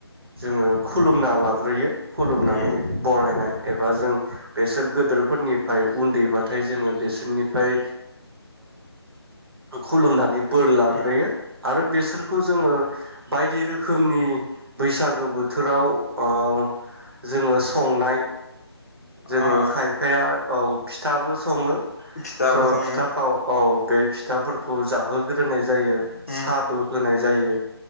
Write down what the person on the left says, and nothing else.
उम
उम
अ
फिथाबो
सङो
उम